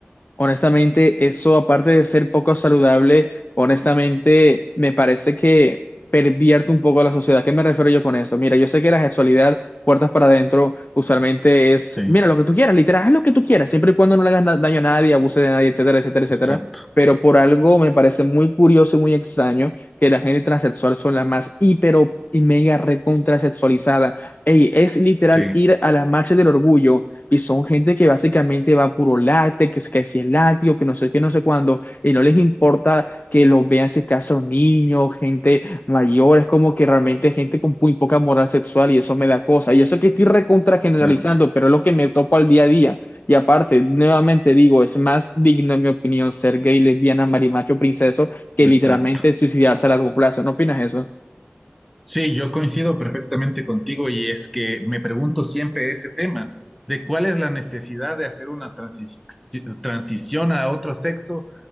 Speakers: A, on the left (about 45°); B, in the centre.
A: Honestamente, eso aparte de ser poco saludable, honestamente me parece que pervierte un poco a la sociedad. ¿Qué me refiero yo con eso? Mira, yo sé que la sexualidad, puertas para adentro, usualmente es,
B: sí.
A: mira, lo que tú quieras, literal, haz lo que tú quieras, siempre y cuando no le hagas na- daño a nadie, abuse de nadie, etcétera, etcétera, etcétera.
B: Exacto.
A: Pero por algo me parece muy curioso y muy extraño que la gente transexual son las más hiper y mega recontrasexualizada. Ey, es literal
B: Sí,
A: ir a las marchas del orgullo y son gente que básicamente va a puro látex, que, es- que si es látigo, que no sé qué, no sé cuándo, y no les importa que los vean si casa un niño, gente mayor, es como que realmente gente con muy poca moral sexual y eso me da cosa. Y eso que estoy recontra generalizando,
B: exacto.
A: pero es lo que me topo al día a día. Y aparte, nuevamente digo, es más digno, en mi opinión, ser gay, lesbiana, marimacho, princeso, que
B: Exacto.
A: literalmente suicidarte a largo plazo. ¿No opinas eso?
B: Sí, yo coincido perfectamente contigo y es que me pregunto siempre ese tema de cuál es la necesidad de hacer una transi- transición a otro sexo,